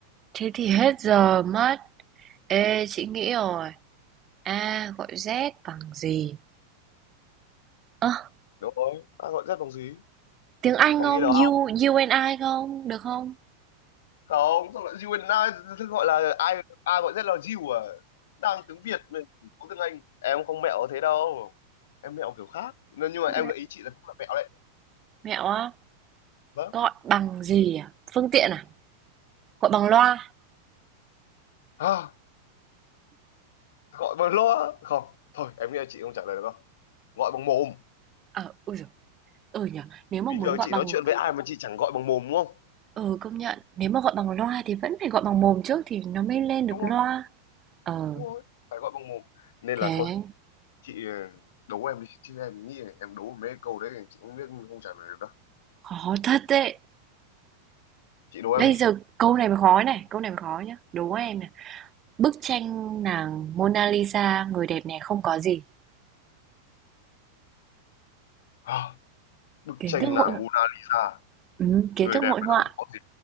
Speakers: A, on the right; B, on the left.
A: Thế thì hết giờ mất. Ê, chị nghĩ rồi. A gọi Z bằng gì? Ơ, à,
B: đúng rồi A gọi Z bằng gì
A: tiếng Anh
B: có
A: không?
B: nghĩ được
A: U,
B: không
A: U and I không? Được không?
B: không xong lại you and I thế gọi là ai A gọi Z là you à đang tiếng Việt mà có tiếng Anh em không mẹo thế đâu em mẹo kiểu khác nên nhưng mà em
A: Mẹ,
B: gợi ý chị là cũng là mẹo đấy
A: mẹo á.
B: vâng
A: Gọi bằng gì à? Phương tiện à? Gọi bằng loa?
B: à, gọi bằng loa không thôi em nghĩ là chị không trả lời được đâu gọi bằng mồm
A: Ờ, à, ui giời, ừ nhỉ. Nếu mà
B: bình
A: muốn
B: thường
A: gọi
B: chị
A: bằng
B: nói chuyện với ai mà chị chẳng gọi bằng mồm đúng không
A: Ừ, công nhận. Nếu mà gọi bằng loa thì vẫn phải gọi bằng mồm trước thì nó mới lên được
B: đúng
A: loa.
B: rồi
A: Ờ,
B: đúng rồi phải gọi bằng mồm nên
A: thế
B: là thôi chị ờ, đố em đi chứ em nghĩ là em đố mấy câu đấy chị không biết không trả lời được đâu
A: khó thật đấy.
B: chị đố
A: Bây
B: em đi
A: giờ câu này mới khó này, câu này mới khó nhá. Đố em này. Bức tranh nàng Mona Lisa, người đẹp này không có gì.
B: à, bức
A: Kiến
B: tranh
A: thức hội
B: nàng Mona Lisa
A: ừ, kiến
B: người
A: thức
B: đẹp
A: hội
B: mà
A: họa.
B: không có gì